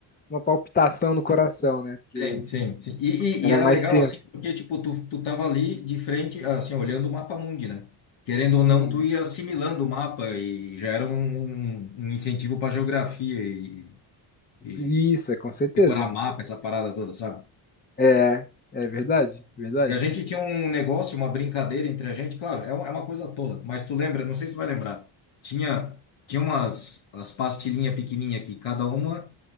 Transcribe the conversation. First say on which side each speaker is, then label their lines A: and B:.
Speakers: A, on the left; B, on the left.
A: uma palpitação no coração, né? Porque
B: Sim, sim, sim. E,
A: era
B: e, e era
A: mais
B: legal,
A: tenso.
B: assim, porque, tipo, tu, tu tava ali de frente, assim, olhando o mapa mundi, né? Querendo ou não,
A: Hum,
B: tu ia assimilando o mapa e já era um, um, um incentivo pra geografia e, e
A: isso, é com certeza.
B: decorar mapa, essa parada toda, sabe?
A: É, é verdade, verdade.
B: E a gente tinha um negócio, uma brincadeira entre a gente, claro, é, um- é uma coisa tola, mas tu lembra, não sei se tu vai lembrar, tinha, tinha umas as pastilhinhas pequenininhas que cada uma